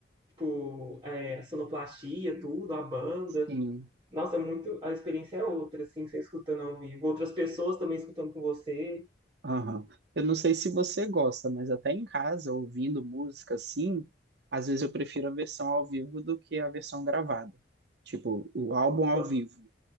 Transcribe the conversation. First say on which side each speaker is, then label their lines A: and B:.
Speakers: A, on the right; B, on the right.
A: tipo, é, a sonoplastia, tudo, a banda.
B: Sim.
A: Nossa, é muito, a experiência é outra, assim, você escutando ao vivo. Outras pessoas também escutando com você.
B: Aham. Eu não sei se você gosta, mas até em casa, ouvindo música assim, às vezes eu prefiro a versão ao vivo do que a versão gravada. Tipo, o álbum ao
A: Não,
B: vivo,